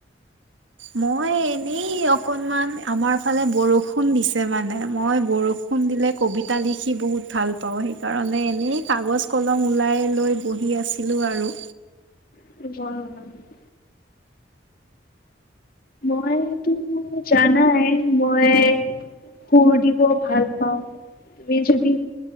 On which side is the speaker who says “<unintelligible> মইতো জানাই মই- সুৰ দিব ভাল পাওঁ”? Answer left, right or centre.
Left